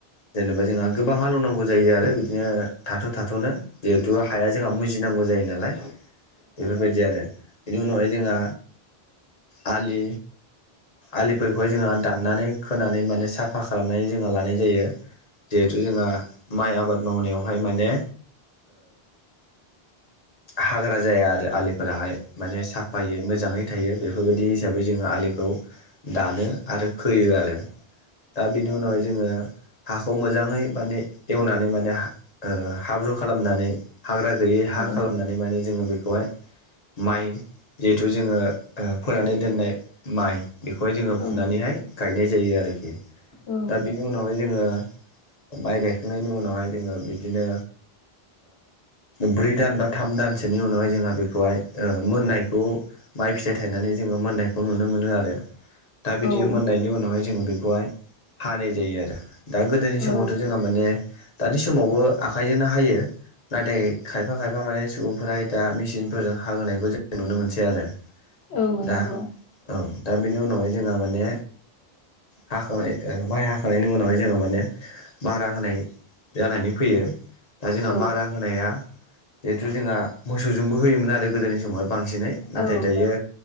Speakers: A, on the left; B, on the left.
A: जेनेबा जोंहा गोबां हालौनांगौ जायो आरो बिदिनो थाथ' थाथ'नो जिहेथु हाया जोंहा मुजिनांगौ जायो नालाय बेफोरबायदि आरो बेनि उनावहाय जोंहा आलि आलिफोरखौहाय जोंहा दाननानै खोनानै माने साफा खालामनानै जोंहा लानाय जायो जिहेथु जोंहा माइ आबाद मावनायावहाय माने हाग्रा जाया आरो आलिफोराहाय माने साफायै मोजाङै थायो बेफोरबायदि हिसाबै जोङो आलिखौ दानो आरो खोयो आरो दा बिनि उनावहाय जोङो हाखौ मोजाङै माने एवनानै माने हाब्रु खालामनानै हाग्रा गैयै हा
B: औ
A: खालामनानै माने जोङो बेखौहाय माइ जिहेथु जोङो फोनानै दोननाय माइ बेखौहाय जोङो
B: औ
A: फुनानैहाय गायनाय जायो आरोखि
B: औ
A: दा बेनि उनावहाय जोङो माइ गायखांनायनि उनावहाय जोङो बिदिनो ब्रै दान बा थाम दानसोनि उनावहाय जोंहा बेखौहाय मोननायखौ माइ फिथाइ थायनानै जोङो मोननायखौ नुनो मोनो मोनो आरो दा बिदि
B: औ
A: मोननायनि उनावहाय जोङो बेखौहाय हानाय जायो आरो दा गोदोनि समावथ'
B: औ
A: जोंहा माने दानि समावबो आखाइजोंनो हायो नाथाय खायफा खायफा माने सुबुंफोरा दा मेसिनफोरजों हा होनायखौ जों नुनो मोनसै आरो
B: औ
A: दा
B: नंगौ
A: औ दा बेनि उनावहाय जोंहा माने हाखांनाय माइ हाखांनायनि उनावहाय जोङो माने मारा होनाय जानानै फैयो दा जोंहा
B: औ
A: मारा होनाया जिहेथु जोंहा मोसौजोंबो होयोमोन आरो गोदोनि समावहाय बांसिनै नाथाय
B: औ
A: दायो